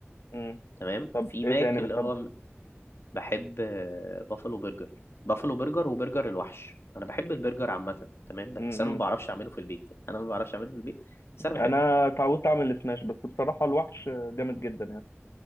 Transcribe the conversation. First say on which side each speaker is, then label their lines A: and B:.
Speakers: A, on the left (about 80°); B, on the left (about 65°).
A: مم.
B: تمام
A: طب
B: في
A: ايه
B: ماك
A: تاني
B: اللي
A: بتحبه
B: هو بحب آه، بافلو برجر بافلو برجر وبرجر الوحش انا بحب البرجر عامة تمام بس
A: مم.
B: انا ما بعرفش اعمله في البيت يعني انا ما بعرفش اعمله في البيت بس
A: انا
B: انا بحبه
A: اتعودت اعمل السماش بس بصراحة الوحش جامد جدا يعني